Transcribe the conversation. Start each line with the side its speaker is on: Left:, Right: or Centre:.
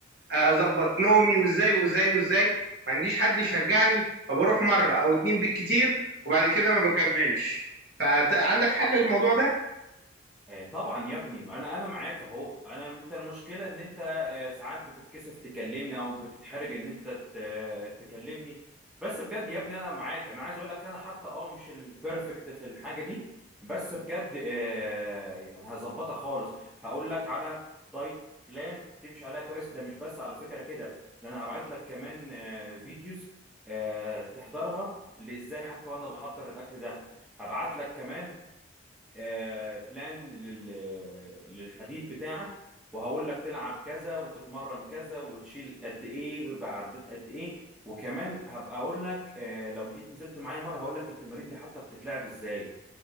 Right: اظبط نومي وازاي وازاي وازاي ما عنديش حد يشجعني فبروح مره او اتنين بالكتير وبعد كده ما بكملش فعندك حل للموضوع ده
Centre: آه، طبعا يا ابني ما انا انا معاك اهو انا انت المشكله ان انت آه، ساعات بتتكسف تكلمني او بتتحرج ان انت ت- تكلمني بس بجد يا ابني انا معاك انا عايز اقول لك انا حتى اه مش البرفكت في الحاجه دي بس بجد آه، يعني هظبطها خالص هقول لك على دايت بلان تمشي عليها كويس ده مش بس على فكره كده ده انا هبعت لك كمان آه، فيديوز آه، تحضرها اللي ازاي حتى وانا بحضر الاكل ده هبعت لك كمان آه، بلان لل- للحديد بتاعك وهقول لك تلعب كذا وتتمرن كذا وتشيل قد ايه ويبقى عديت قد ايه وكمان هبقى اقول لك آه، لو جيت نزلت معايا مره هقول لك التمارين دي حتى بتتلعب ازاي